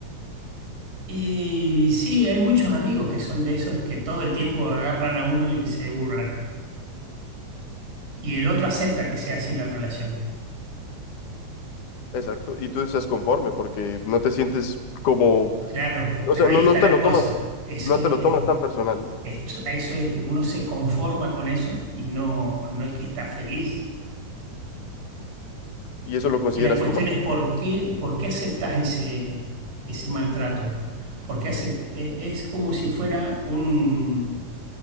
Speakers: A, on the right; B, on the left.
A: y sí, hay muchos amigos que son de esos que todo el tiempo agarran a uno y se burlan. Y el otro acepta que sea así la relación.
B: Exacto, y tú estás conforme porque no te sientes como,
A: Claro,
B: o
A: pero
B: sea,
A: ahí
B: no,
A: está
B: no te
A: la
B: lo
A: cosa.
B: tomas,
A: Eso
B: no
A: es,
B: te lo
A: es-
B: tomas tan personal ¿no?
A: esto- eso es, uno se conforma con eso y no, no es que está feliz.
B: y eso lo consideras
A: Y la cuestión
B: tu mal.
A: es por qué, por qué aceptas ese, ese maltrato. Porque es como si fuera un,